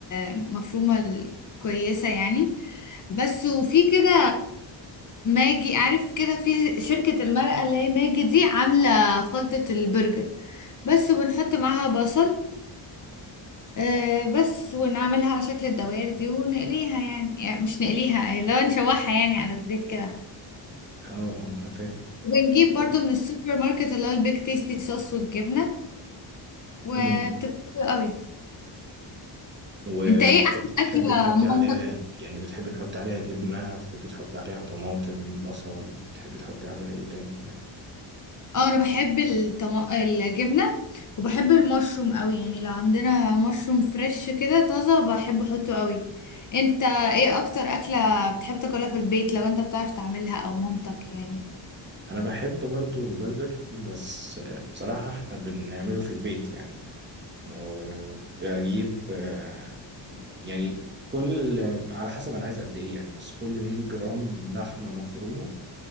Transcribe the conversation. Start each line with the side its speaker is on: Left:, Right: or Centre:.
Left: المفرومة الكويسة يعني بس وفي كده ماجي عارف كده في شركة المرقة اللي هي ماجي دي عاملة خلطة البرجر بس وبنحط معاها بصل آه، بس ونعملها على شكل الدوائر دي ونقليها يعني, يعني مش نقليها لو نشوحها يعني على الزيت كده
Right: اه اه أنا فاهم
Left: ونجيب برضو
Right: طب-
Left: من السوبر ماركت اللي هو البيك تيستي صوص والجبنة وبتبقى
Right: مم.
Left: حلوة قوي
Right: وبتحط
Left: انت ايه احسن
Right: بتحب
Left: اكلة
Right: تحطي
Left: مامتك
Right: عليها يعني بتحب تحطي عليها جبنة بتحب تحطي عليها طماطم بصل بتحب تحطي عليها ايه تاني طيب
Left: اه انا بحب الطم... الجبنة وبحب المشروم قوي يعني لو عندنا مشروم فريش كده طازة بحب احطه قوي انت ايه اكتر اكلة بتحب تاكلها في البيت لو انت بتعرف تعملها او مامتك يعني
Right: انا بحب برضو البرجر بس آه، بصراحة احنا بنعمله في البيت يعني آه، بجيب آه، يعني كل على حسب انا عايز قد ايه يعني بس كل 100 جرام لحمة مفرومة